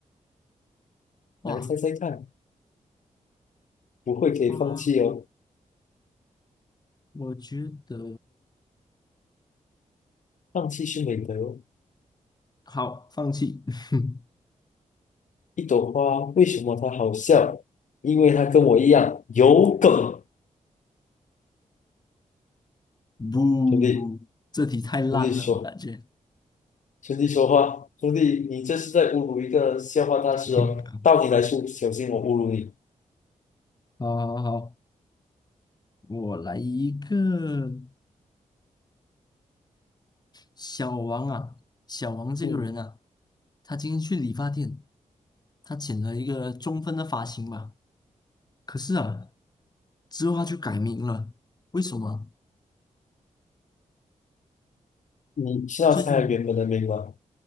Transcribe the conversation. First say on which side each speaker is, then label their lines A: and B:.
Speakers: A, on the left; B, on the left.
A: 哇，
B: 来猜猜看，不会可以放弃哦，
A: 花，我觉得
B: 放弃是美德哦。
A: 好，放弃。<laughs>
B: 一朵花为什么它好笑？因为它跟我一样有梗。
A: 不，
B: 兄弟，
A: 这题太烂了，
B: 兄弟说，
A: 我感觉。
B: 兄弟说话，兄弟，你这是在侮辱一个笑话大师哦。
A: <laughs>
B: 到底来说，小心我侮辱你。
A: 好好好，我来一个小王啊，小王这个人啊，
B: 嗯，
A: 他今天去理发店，他剪了一个中分的发型吧，可是啊，之后他就改名了，为什么？
B: 你你是要猜原本的名吗？
A: 最近